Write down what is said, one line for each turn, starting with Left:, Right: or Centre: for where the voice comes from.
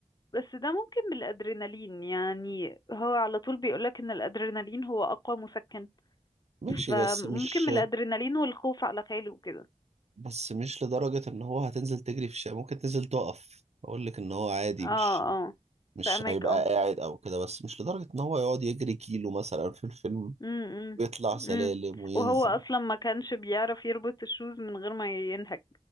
Left: بس ده ممكن بالادرينالين يعني هو على طول بيقولك ان الادرينالين هو اقوى مسكن
Right: ماشي
Left: فممكن
Right: بس مش
Left: من الادرينالين والخوف على خاله وكده
Right: بس مش لدرجة إن هو هتنزل تجري في الشارع ممكن تنزل تقف أقول لك إن هو عادي
Left: اه
Right: مش
Left: اه
Right: مش
Left: فاهمك
Right: هيبقى
Left: اه
Right: قاعد أو كده بس مش لدرجة إن هو يقعد يجري كيلو مثلا في الفيلم
Left: امم امم
Right: ويطلع سلالم
Left: إمم.
Right: وينزل
Left: وهو اصلا ما كانش بيعرف يربط الشوز من غير ما ينهك